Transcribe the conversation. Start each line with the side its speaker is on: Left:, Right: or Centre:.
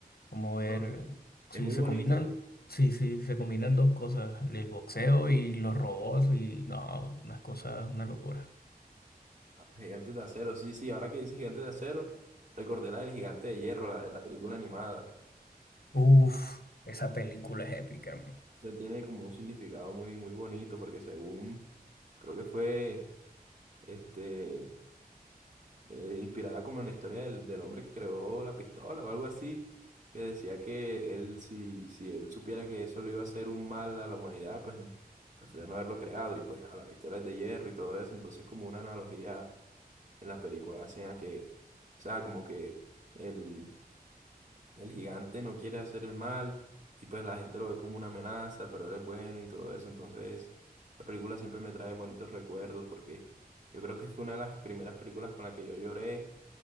Left: Como ver
Right: No, o sea,
Left: si
Right: es muy
Left: se
Right: bonito.
Left: combinan, si, si se combinan dos cosas, el boxeo y los robots, y no, unas cosas, una locura.
Right: Gigantes de acero, sí, sí, ahora que dices gigantes de acero, recordé la del gigante de hierro, la de la película animada.
Left: Uf, esa película es épica, hermano.
Right: Eso tiene como un significado muy, muy bonito porque según, creo que fue, este, eh, inspirada como en la historia del, del hombre que creó la pistola o algo así, que decía que él, si, si él supiera que eso le iba a hacer un mal a la humanidad, pues prefiero no haberlo creado y pues a la pistola es de hierro y todo eso, entonces como una analogía en la película hacen a que, o sea, como que... El, El gigante no quiere hacer el mal y pues la gente lo ve como una amenaza, pero él es bueno y todo eso. Entonces, la película siempre me trae bonitos recuerdos porque yo creo que fue una de las primeras películas con la que yo lloré